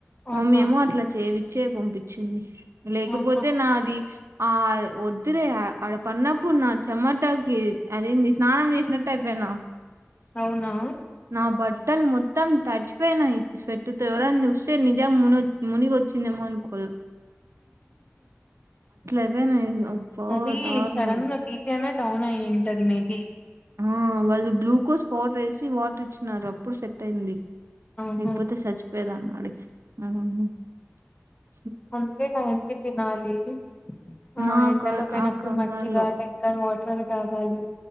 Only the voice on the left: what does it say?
ఆహా
ఆహా
ఉమ్
అవునా
హుహు.
అది
సడన్గా బిపి నా డౌన్ నా ఏంటది మే బి
ఆహా
అందుకే టైం కి తినాలి ఆ
ఎండలో పోయినప్పుడు
మజ్జిగా టెంకాయ వాట్ ట్రవి తాగాలి